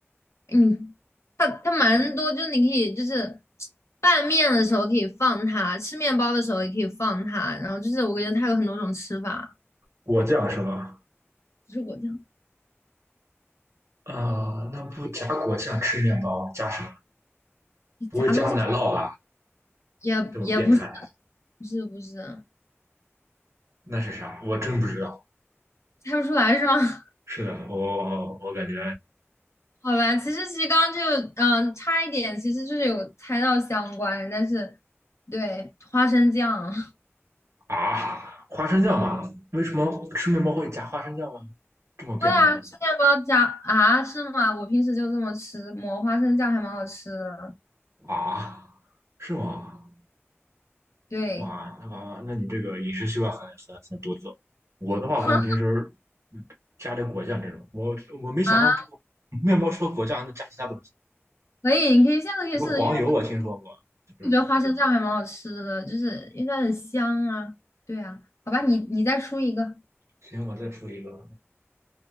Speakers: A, on the left; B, on the right.
A: 嗯，它它蛮多，就你可以就是拌面的时候可以放它，吃面包的时候也可以放它，然后就是我感觉它有很多种吃法。
B: 果酱是吧？
A: 不是果酱，
B: 啊，那不加果酱吃面包，加什么？
A: 你夹东西
B: 不会加奶酪吧？
A: 也也不是，
B: 这么变态，
A: 不是不是，
B: 那是啥？我真不知道。
A: 猜不出来是吗？<laughs>
B: 是的，我我感觉
A: 好吧，其实其实刚刚就嗯、呃差一点，其实就是有猜到相关，但是对花生酱。
B: 啊，花生酱吗？为什么吃面包会加花生酱吗？这么变态
A: 会啊，吃面包加啊，是吗？我平时就这么吃，抹花生酱还蛮好吃的。
B: 啊？是吗？
A: 对，
B: 哇，那娃娃，那你这个饮食习惯很很很独特。我的话，
A: 哈
B: 可能平时嗯加点果酱这种，我我没想到这个
A: <laughs> 啊，
B: 面包除了果酱还能加其他东西，
A: 可以，你可以下次可以试试，
B: 比如黄油，
A: 因为我
B: 我听说过这种。
A: 我觉得花生酱还蛮好吃的，就是因为它很香啊。对啊，好吧，你你再出一个，
B: 行，我再出一个，